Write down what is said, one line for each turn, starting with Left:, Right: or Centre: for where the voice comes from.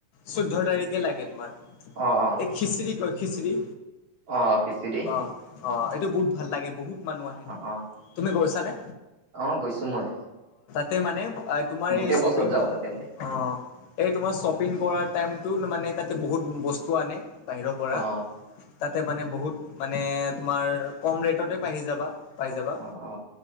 Left: চৈধ্য তাৰিখে লাগে তোমাৰ এই
Right: অ অ
Left: খিচিৰি কয় খিচিৰি
Right: অ খিচি দেই
Left: অ' অ এইটো বহুত ভাল লাগে বহুত মানুহ আহে
Right: অ
Left: তুমি গৈছা নে
Right: অ গৈছো মই
Left: সেই মানে তোমাৰ
Right: গোটেই
Left: এই শ্বপিংটো
Right: বছৰ যাওঁ তাতে মই
Left: অ এই তোমাৰ শ্বপ কৰা টাইমটো মানে তাতে বহুত বস্তু আনে বাহিৰৰ পৰা
Right: অ
Left: তাত তা মানে বহুত মানে তুমাৰ কম ৰেটতে পাহি যাবা পাই যাবা
Right: অ অ